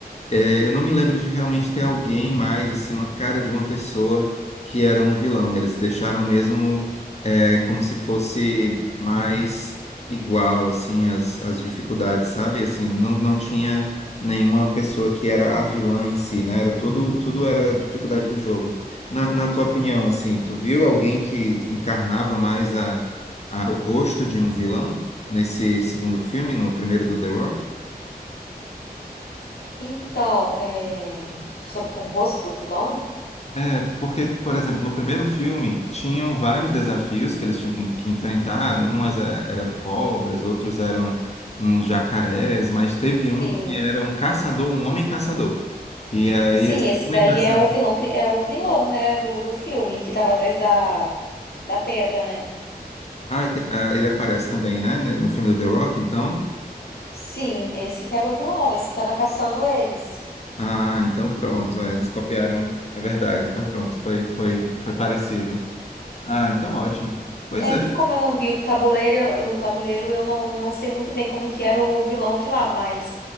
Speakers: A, on the left (about 40°); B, on the left (about 75°).
A: é, eu não me lembro de realmente ter alguém mais, assim, uma cara de uma pessoa que era um vilão. Eles deixaram mesmo é, como se fosse mais igual, assim, as, as dificuldades, sabe? Assim, não, não tinha nenhuma pessoa que era a vilã em si, né? Era tudo, tudo era dificuldade do jogo. Na, na tua opinião, assim, tu viu alguém que encarnava mais a, a- o rosto de um vilão nesse segundo filme, no primeiro do The Rock?
B: Então, é, sobre o rosto do vilão?
A: É, porque, por exemplo, no primeiro filme tinham vários desafios que eles tinham que, que enfrentar. Umas eh, eram cobras, outros eram uns jacarés, mas teve um
B: Sim.
A: que era um caçador, um homem caçador. E aí
B: Sim,
A: esse
B: esse
A: homem
B: daí
A: caçador.
B: é o vilão, pri- é o vilão, né, do, do filme, que estava atrás da, da pedra, né?
A: Ah, e tem- ah, ele aparece também, né? né, No filme do The Rock, então.
B: Sim, esse que era o vilão, esse que estava caçando eles.
A: Ah, então pronto. é, Eles copiaram. É verdade, então pronto, foi, foi, foi parecido. Ah, então ótimo. Pois
B: É
A: é.
B: que como eu não vi o do tabuleiro, do tabuleiro, eu não, não sei muito bem como que era o vilão de lá, mas